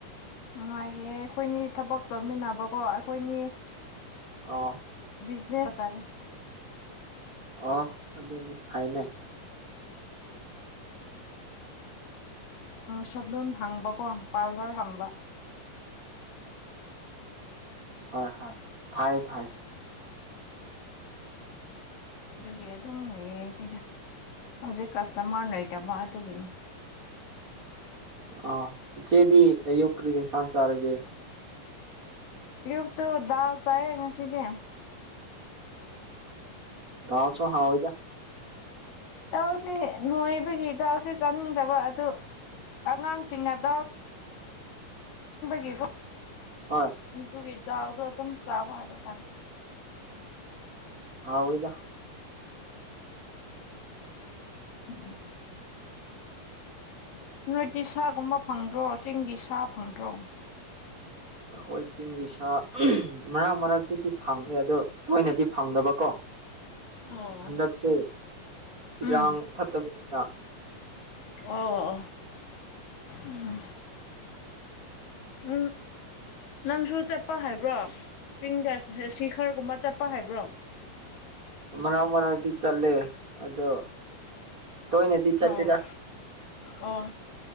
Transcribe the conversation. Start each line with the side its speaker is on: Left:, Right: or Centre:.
Left: ꯅꯨꯡꯉꯥꯏꯔꯦ ꯑꯩꯈꯣꯏꯅꯤ ꯊꯕꯛ ꯂꯧꯃꯤꯟꯅꯕꯀꯣ ꯑꯩꯈꯣꯏꯅꯤ
Right: ꯑ <unintelligible> <inaudible>
Left: ꯕꯤꯖꯤꯅꯦꯁꯇꯥꯔꯦ
Right: ꯑ ꯑꯗꯨ ꯑꯗꯨꯗꯤ ꯐꯥꯏꯅꯦ
Left: ꯁꯗꯨꯟ ꯍꯪꯕꯀꯣ ꯄꯥꯔꯂꯔ ꯍꯪꯕ
Right: ꯍꯣꯏ ꯍꯣꯏ ꯐꯥꯏ ꯐꯥꯏ
Left: ꯒꯗ ꯀꯅ ꯍꯧꯖꯤꯛ ꯀꯥꯁ ꯁꯃꯥꯟꯅ ꯂꯩꯇꯕ ꯑꯗꯨꯒꯤꯅꯦ
Right: ꯑ ꯏꯆꯦꯗꯤ ꯑꯌꯨꯛ ꯀꯔꯤꯟꯁꯥꯡ ꯆꯥꯔꯒꯦ
Left: ꯌꯨꯕꯛꯇꯗꯥ ꯆꯑ ꯉ ꯁꯤꯗꯤ
Right: ꯑ ꯁꯨꯣ ꯍꯥꯎ ꯑꯣꯏ ꯑꯣꯏꯗ
Left: ꯗꯥꯎꯁꯦ ꯅꯣꯏꯕꯒꯤ ꯗꯥꯎꯁꯦ ꯆꯥꯅꯤꯡꯗꯕ ꯑꯗꯨ ꯑꯉꯥꯡꯁꯤꯡꯅꯗ ꯒꯤꯀꯣ ꯑꯗꯨ
Right: ꯍꯣꯏ
Left: ꯑꯗꯨꯒꯤ ꯗꯥꯎꯗꯣ ꯑꯗꯨꯝ ꯆꯥꯕ ꯍꯥꯏꯕ ꯇꯥꯔꯦ
Right: ꯍꯥꯎ ꯑꯣꯏꯣꯏꯗ
Left: ꯑ ꯅꯨꯃꯤꯠꯇꯤ ꯁꯥꯒꯨꯝꯕ ꯐꯪꯗ꯭ꯔꯣ ꯆꯤꯡꯒꯤ ꯁꯥ ꯐꯪꯗ꯭ꯔꯣ
Right: ꯑꯣ ꯑꯩꯈꯣꯏ ꯆꯤꯡꯒꯤ ꯁꯥ ꯃꯔꯛ ꯃꯔꯛꯇꯗꯤ ꯐꯪꯉꯦ ꯑꯗꯣ ꯇꯣꯏꯅꯗꯤ ꯐꯪꯗꯕꯀꯣ
Left: ꯑꯣ
Right: ꯍꯟꯗꯛꯁꯦ ꯏꯔꯥꯡ
Left: ꯑꯣ
Right: ꯐꯠꯇꯕꯅꯤꯅ
Left: ꯑꯣ ꯎ ꯎꯝ ꯅꯪꯁꯨ ꯆꯠꯄ ꯍꯥꯏꯕ꯭ꯔꯣ ꯆꯤꯡꯗ ꯁꯤ ꯈꯔꯒꯨꯝꯕ ꯆꯠꯄ ꯍꯥꯏꯕ꯭ꯔꯣ
Right: ꯃꯔꯛ ꯃꯔꯥꯡꯗꯤ ꯆꯠꯂꯦ ꯑꯗꯣ ꯇꯣꯏ ꯅꯗꯤ ꯆ
Left: ꯑꯣ
Right: ꯇꯗ
Left: ꯑꯣ